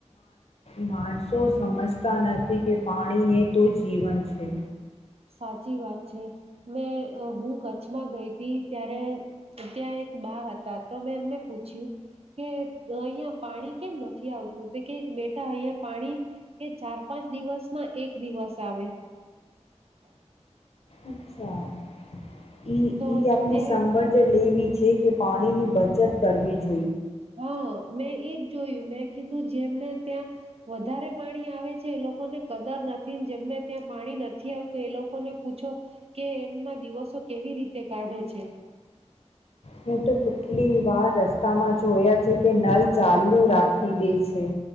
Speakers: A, on the left; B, on the right.
A: માણસો સમજતા નથી કે પાણી એ તો જીવન છે
B: સાચી વાત છે, મેં હું કચ્છમાં ગઈ હતી ત્યારે ત્યાં એક બા હતા તો મેં એમને પૂછ્યું કે અહિયાં પાણી કેમ નથી આવતું તે કે બેટા અહંયા પાણી એ ચાર પાંચ દિવસમાં એક દિવસ આવે હ
A: અચ્છા ઈ
B: તો
A: ઈ આપની
B: એ
A: સંવર્ જે લેવી છે કે પાણીની બચત કરવી જોઈએ
B: હા મેં એ જ જોયું મેં કીધ તું જેમને ત્યાં વધારે પાણી આવે છે, એ લોકોને કદર નથી, જેમને ત્યાં પાણી નથી આવતું એ લોકોને પૂછો કે એમના દિવસો કેવી રીતે કાઢે છે
A: ને તો કેટલી વાર રસ્તામાં જોયા છે કે નલ ચાલુ રાખી દે છે